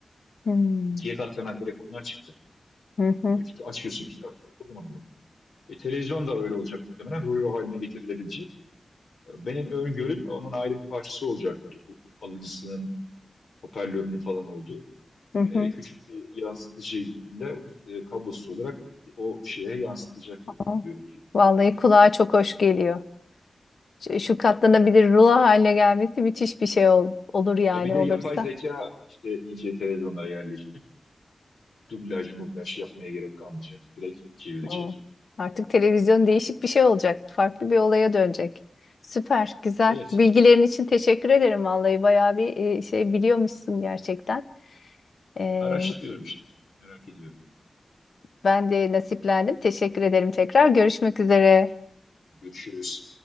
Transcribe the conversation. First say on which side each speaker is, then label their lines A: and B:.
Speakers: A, on the left; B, on the left.
A: Hmm.
B: İkiye katlanan telefonlar çıktı.
A: <laughs>
B: Böyle kita- açıyorsun kitapları kocaman oluyor. E, televizyon da öyle olacak muhtemelen. Rulo haline getirilebileceği Benim öngörüm onun ayrı bir parçası olacaktır. U- Alıcısının hoparlörünün falan olduğu.
A: Hı hı.
B: Ee, küçük bir yansıtıcıyla e, kablosuz olarak o şeye yansıtacaktır
A: Oh.
B: görüntüyü.
A: Vallahi
B: Öyle düşünüyorum.
A: kulağa çok hoş geliyor. Şu, şu katlanabilir rulo haline gelmesi müthiş bir şey ol- olur yani
B: Ya bir de
A: olursa.
B: yapay zeka işte iyice televizyonlara yerleşti. Dublaj, mublaj yapmaya gerek kalmayacak. Direkt çevirecek.
A: Oh. Artık televizyon değişik bir şey olacak. Farklı bir olaya dönecek. Süper, güzel.
B: Evet.
A: Bilgilerin için teşekkür ederim vallahi. Bayağı bir e, şey biliyormuşsun gerçekten. Ee,
B: Araştırıyorum işte. Merak ediyorum.
A: ben de nasiplendim. Teşekkür ederim tekrar. Görüşmek üzere.
B: Ben de görüşürüz.